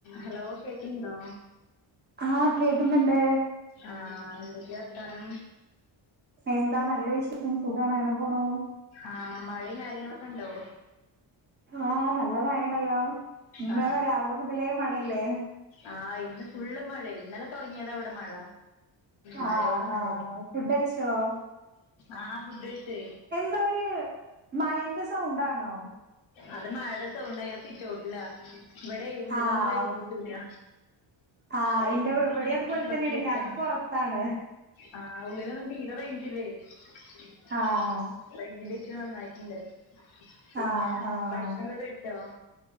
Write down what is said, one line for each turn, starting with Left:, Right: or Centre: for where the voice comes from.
Left: Hello കേക്ക്ന്ന്ണ്ടോ
Right: ആഹ് കേക്കുന്ന്ണ്ട്
Left: ആഹ് എന്തൊക്കെയ വർത്താനം
Right: എന്താ നല്ല വിശേഷം സുഖാണ് അങ്ങനെ പോണു
Left: ആഹ് മഴയും കാര്യങ്ങളൊക്കെ ഇണ്ടോ
Right: ആഹ് നല്ല മഴയാണല്ലോ ഇന്ന്
Left: ആ
Right: രാവിലെ മുതലേ മഴയല്ലേ
Left: ആഹ് ഇന്ന് ഫുള്ള് മഴ ഇന്നലെ തൊടങ്ങിയതാ ഇവിടെ മഴ മഴയോട്
Right: ആഹ്
Left: മഴ
Right: ആഹ് ഫുഡ് കഴിച്ചോ
Left: ആ ഫുഡ് ക <inaudible>
Right: എന്താ ഒരു മഴന്റെ സൗണ്ടാണോ
Left: അത് മഴയുടെ സൗണ്ടാ ഞാൻ സിറ്റൗട്ടില ഇവിടെ ഉള്ളിലൊന്നും
Right: ആഹ്
Left: റേഞ്ച് റേഞ്ച് ഇല്ല
Right: ആഹ്
Left: റേഞ്ച്
Right: ഇന്റെ ഇവിടെ
Left: കിട്ടണെങ്കി
Right: അതുപോലെ തന്നെയാണ്
Left: ഇരിക്കണം
Right: ഞാനും പൊറത്താണ്
Left: ആ ഉള്ളിലൊന്നും തീരെ റേഞ്ചില്ലേ <inaudible>
Right: ആഹ്
Left: റേഞ്ചിന്റെ ഇഷ്യൂ നന്നായിട്ടുണ്ട് പിന്നെ
Right: ആഹ് ആഹ്
Left: ഭക്ഷണൊക്കെ കഴി കഴിച്ചോ